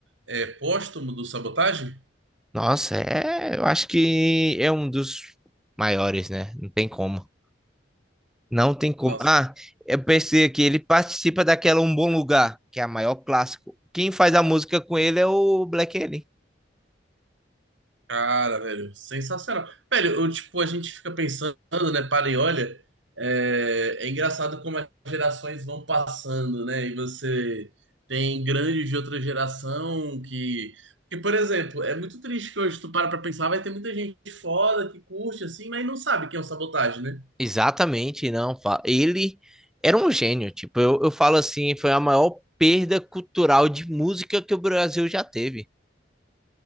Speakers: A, on the right; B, in the centre.
A: é, póstumo do Sabotagem?
B: Nossa, é, eu acho que é um dos maiores, né? Não tem como. Não tem como.
A: Nossa,
B: Ah, eu pensei aqui, ele participa daquela Um Bom Lugar, que é a maior clássico. Quem faz a música com ele é o Black Alien.
A: cara, velho, sensacional. Velho, eu, tipo, a gente fica pensando, né? Para e olha, é, é engraçado como as gerações vão passando, né? E você tem grandes de outra geração que. Porque, por exemplo, é muito triste que hoje tu para pra pensar, vai ter muita gente foda que curte assim, mas não sabe quem é o Sabotagem, né?
B: Exatamente, não. fa- Ele era um gênio. Tipo, eu, eu falo assim, foi a maior perda cultural de música que o Brasil já teve.